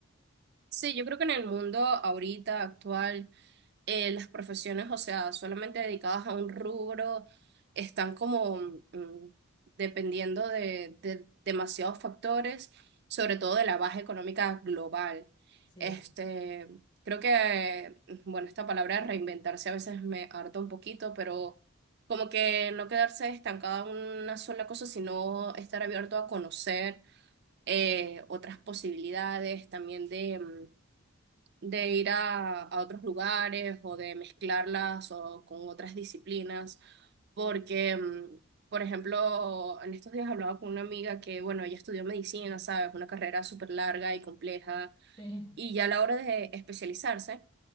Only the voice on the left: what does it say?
Sí,
sí,
sí,